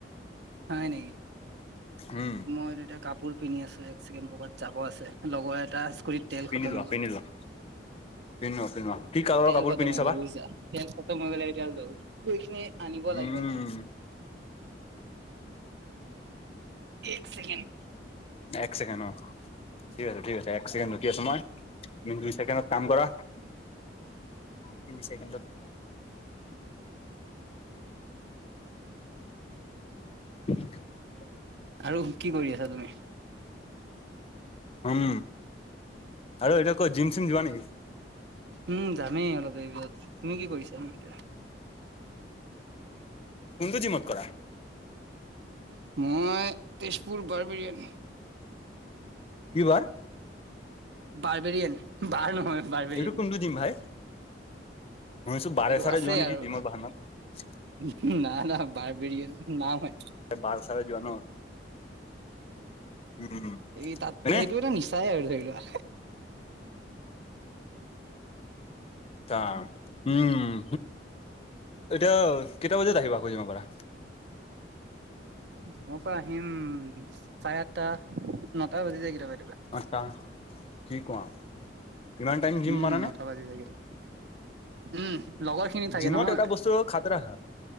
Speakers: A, on the right; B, on the left.
A: হয় নেকি?
B: উম
A: মই তেতিয়া কাপোৰ পিন্ধি আছো। চে ক'ৰবাত যাব আছে লগৰ এটা স্কুতিত তেল
B: পিন্ধি
A: খতম
B: লোৱা
A: হৈ গল।
B: পিন্ধি লোৱা পিন্ধি লোৱা পিন্ধি লোৱা কি কালাৰৰ
A: তেল
B: কাপোৰ
A: খতম
B: পিন্ধি
A: হৈ
B: চাবা
A: গল বুইচা, তেল খতম হৈ গলে সেইখিনি আনিব লাগিব
B: উম
A: তাক এক চেকেণ্ড।
B: এক ছেকেণ্ড অ। ঠিক আছে ঠিক আছে এক ছেকেণ্ড ৰকি আছো মই তুমি দুই ছেকেণ্ডত কাম কৰা। তিনি চেকেনড <inaudible> <unintelligible>
A: আৰু কি কৰি আছা তুমি?
B: উম আৰু এতিয়া কৈ জিম চিম যোবা নেকি?
A: উম যামেই অলপ দেৰি পিছত তুমি কি কৰিছা
B: কোনটো যিমত কৰা।
A: মই তেজপুৰ বাৰ বিৰিয়ানী
B: কি বাৰ
A: বাৰ বেৰীয়েন বাৰ নহয় বাৰ্বেৰিয়ান
B: এইটো কোনটো জিম ভাই মই ছো বাৰে
A: এইটো
B: চাৰে
A: আছে
B: যোৱা নেকি
A: আৰু
B: যিমৰ বাহানাত
A: না না বাৰ্বেৰিয়ন নাম হয়
B: ত বাৰ চালে যোৱা ন। উম
A: এই তাত
B: এনে
A: সেইটো এটা নিচাই আৰু ধৰি লোৱা।
B: ত উমম এতিয়া কেইটা বজাত আহিবা আকৌ যিমৰ পাৰা।
A: জিমৰ পৰা আহিম চাৰে আঠটা নটা বাজি যায় কেতিয়াবা কেতিয়াবা।
B: আচ্ছা কি কোৱা ইমান টাইম জিম
A: উম
B: মাৰা নে
A: নটা বাজি যায় কেতিয়াবা উম লগৰ খিনি থাকে
B: জিমত
A: নহয়
B: এটা বস্তু খাতৰা হা।